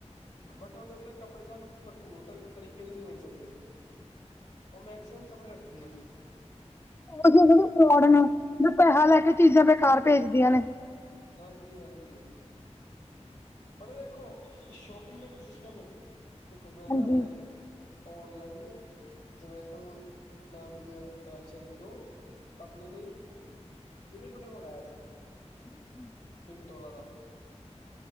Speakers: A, on the left (about 85°); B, on the left (about 20°).
A: ਬਟ ਉਹਦੇ ਅੰਦਰ ਕੱਪੜੇ ਸਾਨੂੰ ਭਰਪੂਰ ਤ ਤਰੀਕੇ ਦੇ ਨੀ ਮਿਲ ਸਕਦੇ। ਉਹ ਮੈਕਸੀਮਮ ਕੱਪੜੇ ਰੱਖਦੀ ਹੈ।
B: ਫਰੋਡ ਪੈਸਾ ਲੈ ਕੇ ਚੀਜ਼ਾਂ ਬੇਕਾਰ ਭੇਜਦੀਆਂ ਨੇ,
A: ਹਾਂਜੀ-ਹਾਂਜੀ, ਪਤਾ ਦੇਖੋ ਸ਼ੋਪਿੰਗ ਦਾ ਕੀ ਸਿਸਟਮ ਹੈ, ਦੇਖੋ ਮੈਂ
B: ਹਾਂਜੀ
A: ਨਾ ਹਾਲੇ ਆਨਲਾਈਨ ਜਮੈਟੋ ਨਾਮ ਦੀ ਵੈਬਸਾਈਟ ਤੋਂ ਆਪਣੇ ਲਈ ਪੀਨਟ ਬਟਰ ਮੰਗਾਇਆ ਸੀ।
B: <inaudible>
A: ਪਿੰਡ ਟੋਲਾ ਦਾ,